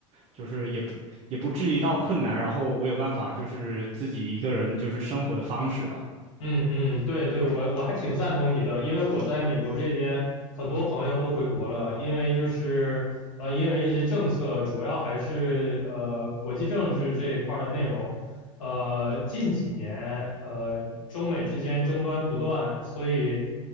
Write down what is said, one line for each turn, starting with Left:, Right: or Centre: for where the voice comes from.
Right: 就是也不也不至于到困难，然后我有办法就是自己一个人就是生活的方式吧，
Left: 嗯嗯，对对，我我还挺赞同你的，因为我在美国这边很多朋友都回国了，因为就是呃，因为一些政策，主要还是呃国际政治这一块儿的内容，呃，近几年呃中美之间争端不断，所以